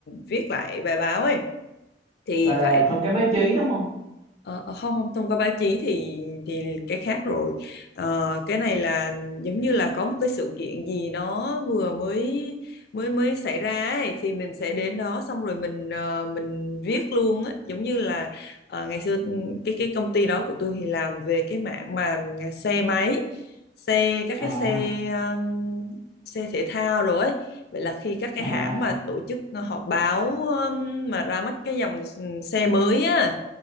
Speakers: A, on the left (about 60°); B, on the right (about 35°).
A: viết lại bài báo ấy thì
B: gọi là
A: phải
B: thông cái báo chí đúng không
A: Ờ, ờ, không không thông qua báo chí thì thì cái khác rồi Ờ, cái này là giống như là có một cái sự kiện gì nó vừa mới mới mới xảy ra ấy, thì mình sẽ đến đó xong rồi mình ờ, mình viết luôn á giống như là ờ, ngày xưa ừ, cái cái công ty đó của tôi thì làm về cái mảng mà à, xe máy xe các
B: à
A: cái xe ờ, xe thể thao rồi ấy. Vậy là khi các cái
B: à
A: hãng mà tổ chức họp báo ờ, mà ra mắt cái dòng ừ, xe mới á